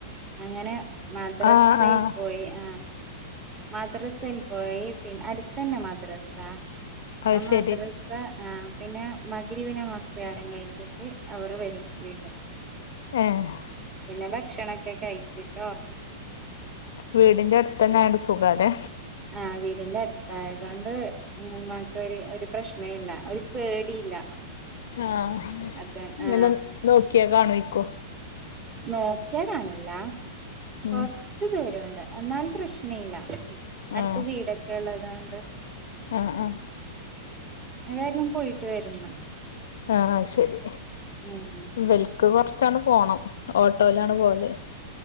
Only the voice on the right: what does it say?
അങ്ങനെ മദ്രസയിൽ
പോയി ആ മദ്രസയിൽ പോയി പിന്നെ അടു തന്നെ മദ്രസ
ആ മദ്രസ്
അപ്പ ആ പിന്നെ മകുരിവിനമസ്കാരം കഴിഞ്ഞിട്ട് അവർ വരും വീണ്ടും
പിന്നെ ഭക്ഷണൊക്കെ കഴിച്ചിട്ട് ഓർ
ആഹ് വീടിന്റെ അടുത്താ ഏതണ്ട് എന്നമാട്ട് ഒരു ഒരു പ്രശ്ന ഇല്ല ഒരു പേടിയില്ല
അത
ആ
നോക്കിയാ കാണില കൊർച്ച്
ച്ചു പേടിയുണ്ട് എന്നാൽ പ്രശ്ന ഇല്ല അടുത്ത്
വീടൊക്കെ ഉള്ളതാണ്ട്
ഉം വേഗം പോയിട്ട് വരണം
ഉം